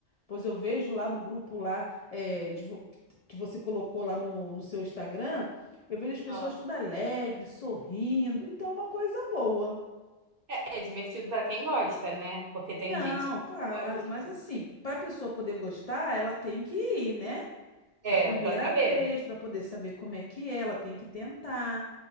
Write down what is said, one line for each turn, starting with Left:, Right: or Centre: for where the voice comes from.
Left: Pois eu vejo lá no grupo lá é, de vo- que você colocou lá no, no seu Instagram, eu vejo as pessoas
Right: Ah,
Left: todas alegres, sorrindo, então é uma coisa boa.
Right: É, é divertido para quem gosta, né? Porque tem
Left: Não,
Right: gente que
Left: claro,
Right: não gosta.
Left: mas assim, para a pessoa poder gostar, ela tem que ir, né?
Right: É,
Left: a primeira
Right: para saber.
Left: vez para poder saber como é que é, ela tem que tentar.